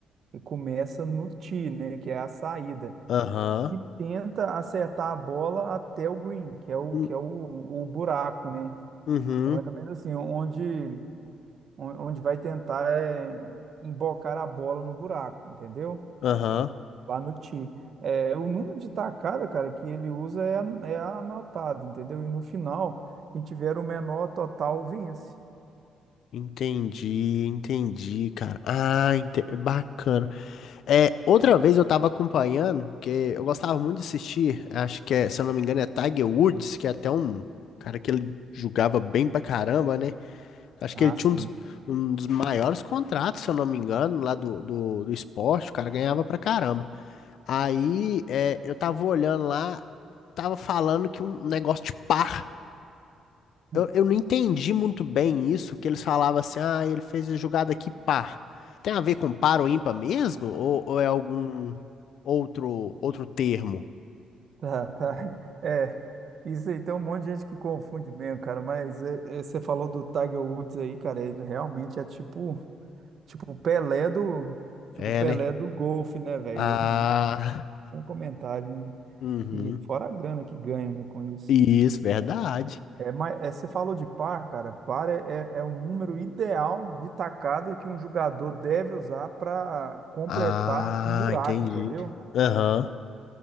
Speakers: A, on the right; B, on the left.
A: ele começa no tee, né, que é a saída.
B: Aham.
A: e tenta acertar a bola até o green, que é o,
B: hum,
A: que é o, o buraco, né?
B: Uhum.
A: É mais ou menos assim, onde, on- onde vai tentar é, embocar a bola no buraco, entendeu?
B: Aham.
A: Lá no tee. É, o número de tacada, cara, que ele usa é, an- é anotado, entendeu? E no final, quem tiver o menor total vence.
B: Entendi, entendi, cara. Ah, ente- bacana. É, outra vez eu tava acompanhando, porque eu gostava muito de assistir, acho que é, se eu não me engano, é Tiger Woods, que é até um cara que ele jogava bem pra caramba, né? Acho
A: Ah,
B: que ele tinha
A: sim.
B: um dos,
A: <laughs>
B: um dos maiores contratos, se eu não me engano, lá do, do, do esporte. O cara ganhava pra caramba. Aí é, eu tava olhando lá, tava falando que um negócio de par. Eu,
A: Hum.
B: eu não entendi muito bem isso, que eles falavam assim, ah, ele fez a jogada aqui par. Tem a ver com par ou ímpar mesmo? Ou, ou é algum outro outro termo?
A: Tá, tá. É, isso aí tem um monte de gente que confunde mesmo, cara, mas é, é, você falou do Tiger Woods aí, cara, ele realmente é tipo. Tipo, o Pelé do. Tipo,
B: É,
A: o Pelé
B: né?
A: do golfe, né, velho?
B: Ah,
A: Tem comentário, né?
B: uhum.
A: E fora a grana que ganha, né, com isso.
B: Isso, verdade.
A: É, mas é, você falou de par, cara. Par é, é, é o número ideal de tacada que um jogador deve usar para completar
B: Ah,
A: um buraco,
B: entendi.
A: entendeu?
B: Aham.